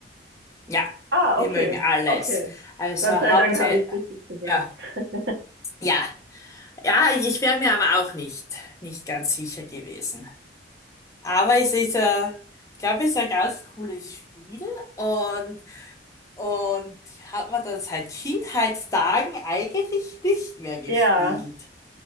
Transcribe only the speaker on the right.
ah,
okay,
okay.
Gott sei
Dank habe ich es richtig gesagt.
<laughs>
Ja,